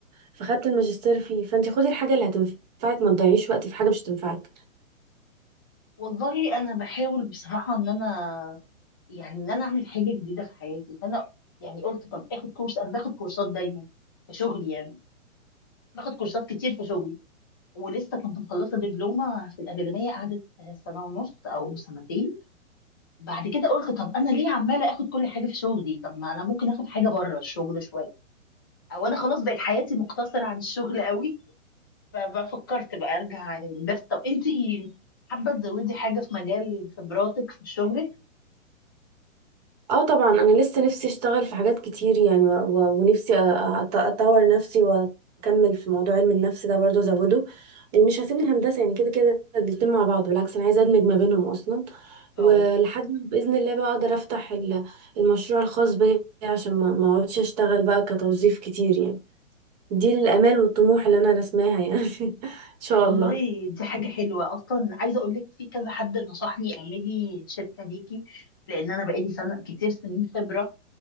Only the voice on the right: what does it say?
فخدت الماجستير فيه فانت خدي الحاجه اللي هتنفعك ما تضيعيش وقت في حاجه مش هتنفعك
اه طبعا انا لسه نفسي اشتغل في حاجات كتير يعني و... و... ونفسي أ- أ- اطور نفسي واكمل في موضوع علم النفس ده برضه ازوده ومش هسيب الهندسه يعني كده كده الاتنين مع بعض بالعكس انا عايزه ادمج ما بينهم اصلا ولحد
ما باذن الله بقى اقدر افتح ال- المشروع الخاص بيا عشان ما ما اقعدش اشتغل بقى كتوظيف كتير يعني دي الامال والطموح اللي انا رسماها يعني <laughs> ان شاء
الله